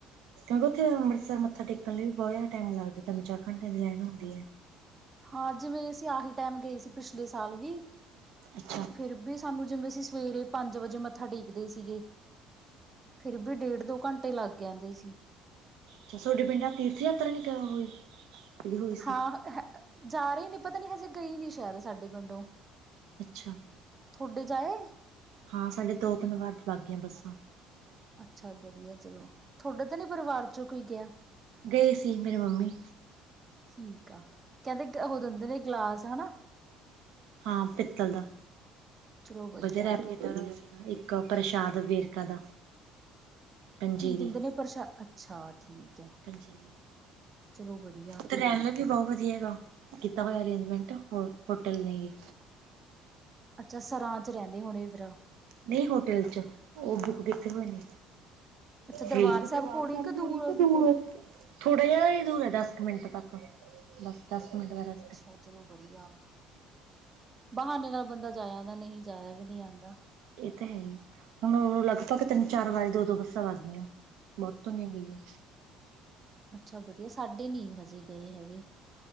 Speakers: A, on the right; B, on the right.
A: ਉੱਥੇ, ਅੰਮ੍ਰਿਤਸਰ, ਮੱਥ ਟੇਕਣ ਵੀ ਬਹੁਤ ਜ਼ਿਆਦਾ ਟਾਈਮ ਲਗਦਾ ਤਨ ਚਾਖੰਡ, ਲੈਣ, ਹੁੰਦੀ ਹੈ।
B: ਹਾਂ, ਜਿਵੇਂ ਅਸੀਂ, ਆਹੀ ਟਾਈਮ ਗਏ ਸੀ। ਪਿਛਲੇ ਸਾਲ, ਵੀ
A: ਅੱਛਾ
B: ਫਿਰ, ਵੀ ਸਾਨੂੰ ਜਿਵੇਂ ਅਸੀਂ ਸਵੇਰੇ ਪੰਜ ਵਜੇ ਮੱਥਾ ਟੇਕਦੇ ਸੀਗੇ। ਫਿਰ, ਵੀ ਡੇਢ ਦੋ ਘੰਟੇ ਲੱਗ ਜਾਂਦੇ ਸੀ
A: ਅਛਾ, ਤੁਹਾਡੇ ਪਿੰਡਾਂ ਤੀਰਥ ਯਾਤਰਾ ਨਹੀਂ ਕਰ ਹੋਈ। ਜਿਹੜੀ ਹੋਈ ਸੀ
B: ਹਾਂ, ਜਾ ਰਹੇ ਨੀ ਪਤਾ ਨੀ ਹਜੇ ਗਈ ਨੀ, ਸ਼ਾਇਦ ਸਾਡੇ ਪਿੰਡੋਂ,
A: ਅੱਛਾ
B: ਤੁਹਾਡੇ, ਜਾਏ।
A: ਹਾਂ, ਸਾਡੇ ਦੋ ਤਿੰਨ ਵਾਰ, ਬਾ ਗਈੀਆਂ ਬੱਸਾਂ।
B: ਅੱਛਾ ਵਧੀਆ ਚਲੋ ਤੁਹਾਡੇ ਤਾਂ ਨੀ ਪਰਿਵਾਰ ਚੋਂ ਕੋਈ ਗਿਆ
A: ਗਏ ਸੀ, ਮੇਰੀ ਮੰਮੀ।
B: ਠੀਕ ਆ, ਕਹਿੰਦੇ ਉਹ ਦਿੰਦੇ, ਨੇ ਗਲਾਸ ਹਨਾ
A: ਹਾਂ, ਪਿੱਤਲ ਦਾ
B: ਚਲੋ ਵਧੀਆ
A: ਬਜ ਰੈ ਫਰ ਇੱਕ, ਪ੍ਰਸ਼ਾਦ ਵੇਰਕਾ ਦਾ। ਪੰਜੀਰੀ
B: ਕੀ, ਦਿੰਦੇ ਨੇ ਪ੍ਰਸ਼ਾਦ, ਅੱਛਾ, ਠੀਕ ਹੈ,
A: ਪੰਜੀਰੀ
B: ਚਲੋ ਵਧੀਆ।
A: ਤੇ ਰਹਿਣ ਲਈ ਵੀ, ਬਹੁਤ ਵਧੀਆ ਹੈਗਾ, ਕੀਤਾ ਹੋਇਆ। ਅਰੇਂਜਮੈਂਟ ਹੋ ਹੋਟਲ ਨੇ ਵੀ।
B: ਅੱਛਾ, ਸਰਾਂ ਵਿਚ ਰਹਿੰਦੇ ਹੋਣੇ, ਫੇਿਰ
A: ਨਹੀਂ, ਹੋਟਲ 'ਵੀਚ, ਉਹ ਬੁੱਕ ਕਿੱਥੇ ਹੋਏਣੀ।
B: ਅੱਛਾ ਦਰਬਾਰ
A: ਤੇ ਪਰਿਵਾਰ
B: ਕੋਲ ਹੀ
A: ਸ ਚਲੀ ਤੇ ਦੂਰ ਉਠ ਕੇ ਦਰਬਾਰ
B: ਕਿ
A: ਸਾਹਿਬ ਕਿਹੜੀ ਕੇ
B: ਆ
A: ਦੂਰ
B: ਕਿਤੇ
A: ਹ ਪਰਿਵਾਰ ਸਾਹਿਬ ਕੋਲ ਥੋੜਾ ਜਿਹਾ ਹੀ ਦੂਰ ਹੈ ਦਸ ਕੁ ਮਿੰਟ ਤੱਕ ਬਸ ਦਸ ਮਿੰਟ ਬਾਰੇ।
B: ਅੱਛਾ, ਚਲੋ ਵਧੀਆ, ਬਹਾਨੇ ਨਾਲ ਬੰਦਾ ਜਾਇਆ ਆਂਦਾ, ਨਹੀਂ ਜਾਇਆ ਵੀ ਨਹੀਂੀ, ਆਉਂਦਾ।
A: ਇਹ, ਤਾਂ ਹੈ ਹੀ। ਹੁਣ ਲਗਭਗ, ਤਿੰਨ ਚਾਰ ਵਾਰੀ ਦੋ ਦੋ ਬੱਸਾਂ ਵੱ ਗਈਆਂ, ਬਹੁਤ ਧੁਨੀੀਆਂ ਗਈ ਆ।
B: ਅੱਛਾ, ਵਧੀਆ, ਸਾਡੇ ਨਹੀਂੀ ਹਜੇ ਗਏ ਹੈਗੇ।